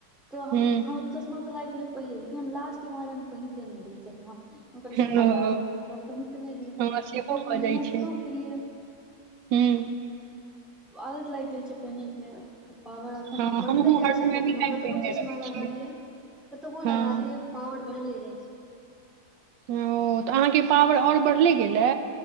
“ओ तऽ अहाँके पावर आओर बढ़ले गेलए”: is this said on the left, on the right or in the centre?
Right